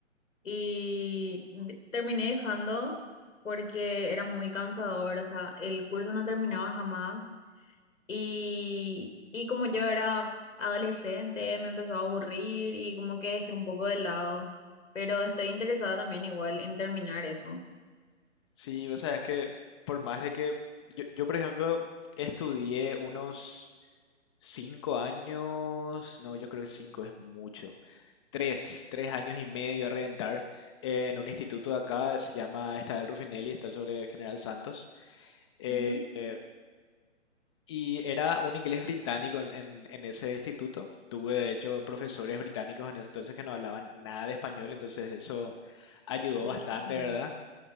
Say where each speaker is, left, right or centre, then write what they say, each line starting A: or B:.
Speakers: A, on the left; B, on the left.
A: y de- terminé dejando porque era muy cansador, o sea, el curso no terminaba jamás y, y como yo era adolescente me empezó a aburrir y como que dejé un poco de lado, pero estoy interesada también igual en terminar eso.
B: Sí, vos sabés que por más de que yo, yo, por ejemplo, estudié unos Cinco años, no, yo creo que cinco es mucho. Tres, tres años y medio a reventar en un instituto de acá, se llama Estadio Ruffinelli, está sobre General Santos. Eh,
A: Ujú.
B: eh, y era un inglés británico en, en- en ese instituto. Tuve, de hecho, profesores británicos en ese entonces que no hablaban nada de español, entonces eso ayudó
A: Uy,
B: bastante,
A: qué genial.
B: ¿verdad?